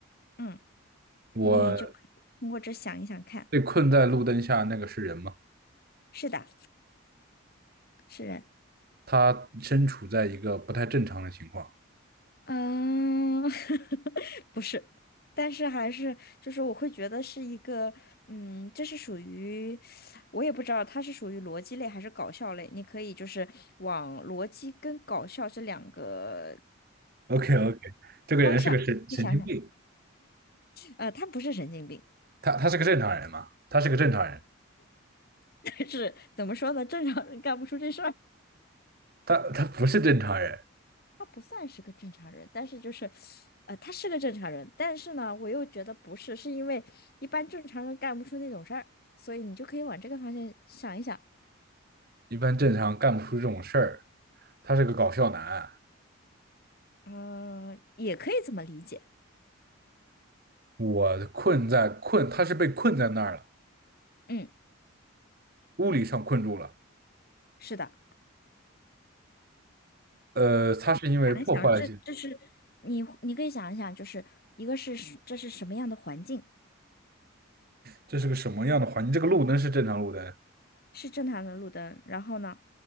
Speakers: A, on the left; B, on the right.
A: 嗯，
B: 我
A: 你就可以通过这想一想看。
B: 被困在路灯下，那个是人吗？
A: 是的，是人。
B: 他身处在一个不太正常的情况。
A: 嗯，<laughs> 不是，但是还是就是我会觉得是一个，嗯，这是属于，我也不知道它是属于逻辑类还是搞笑类，你可以就是往逻辑跟搞笑这两个
B: OK OK，<laughs> 这个人是个神神经病。
A: 方向去想想，呃，他不是神经病，
B: 他他是个正常人吗？他是个正常人，
A: <laughs> 是怎么说呢？正常人干不出这事儿。
B: 他他不是正常人。
A: 他不算是个正常人，但是就是，呃，他是个正常人，但是呢，我又觉得不是，是因为一般正常人干不出那种事儿，所以你就可以往这个方向想一想，
B: 一般正常干不出这种事儿。他是个搞笑男，
A: 嗯、也可以这么理解，
B: 我困在困，他是被困在那儿了，
A: 嗯，
B: 物理上困住了。
A: 是的，
B: 呃，他是因为破坏了一些
A: 想一想，这这是你你可以想一想，就是一个是是这是什么样的环境，
B: 这是个什么样的环境？这个路灯是正常路灯，
A: 是正常的路灯，然后呢，